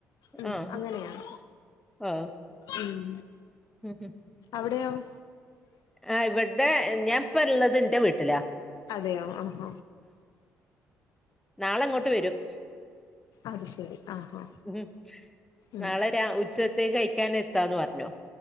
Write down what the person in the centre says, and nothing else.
ആഹ്
ആഹ്
ഉം ഹം
ആ് ഇവിടെ ഞാൻപ്പള്ളത് എന്റെ വീട്ടിലാ
നാളങ്ങോട്ട് വരും
ഉ
നാളെ രാ ഉച്ചത്തേക്ക് കൈക്കാൻ എത്താന്ന് പർഞ്ഞോ